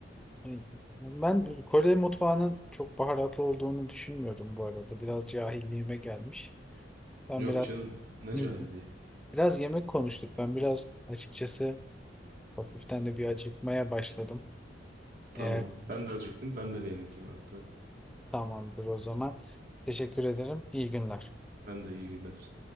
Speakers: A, in the centre; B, on the right (about 55°).
A: Hani Ben Kore mutfağının çok baharatlı olduğunu düşünmüyordum bu arada. Biraz cahilliğime gelmiş. Ben
B: Yok
A: biraz
B: canım. Ne
A: <laughs>
B: cahilliği.
A: biraz yemek konuştuk. Ben biraz açıkçası hafiften de bir acıkmaya başladım.
B: Tamam.
A: Eğer
B: Ben de acıktım. Ben de bir yemek yiyeyim hatta.
A: tamamdır o zaman. Teşekkür ederim. İyi günler.
B: Ben de iyi günler.